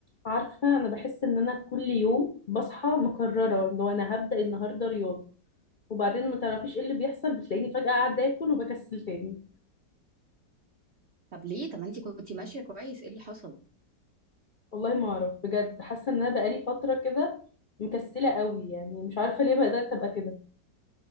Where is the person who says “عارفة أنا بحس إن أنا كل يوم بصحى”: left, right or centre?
Left